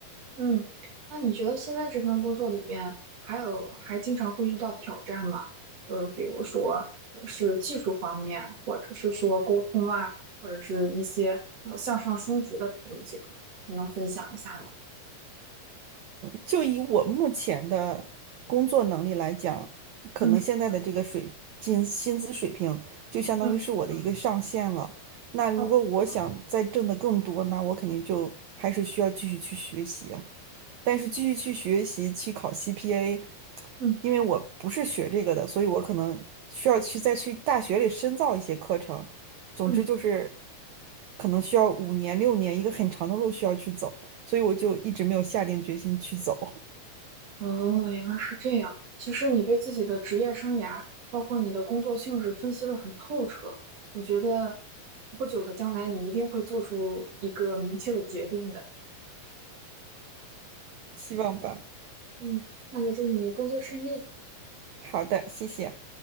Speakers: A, on the right; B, on the right.
A: 嗯，那你觉得现在这份工作里面还有还经常会遇到挑战吗？就是比如说呃是技术方面，或者是说沟通啊，或者是一些呃向上升职的瓶颈，你能分享一下吗？
B: 就以我目前的工作能力来讲，可能现在的这个水薪薪资水平就相当于是我的一个上限了。
A: 嗯嗯
B: 那如果我想再挣得更多，
A: 哦
B: 那我肯定就还是需要继续去学习啊。但是继续去学习去考 CPA，
A: 嗯
B: 因为我不是学这个的，所以我可能需要去再去大学里深造一些课程。总之就是
A: 嗯
B: 可能需要五年六年，一个很长的路需要去走，所以我就一直没有下定决心去走，
A: 哦，原来是这样。其实你对自己的职业生涯，包括你的工作性质分析的很透彻，我觉得不久的将来你一定会做出一个明确的决定的。
B: <laughs> 希望吧。
A: 嗯，那就祝你工作顺利。
B: 好的，谢谢。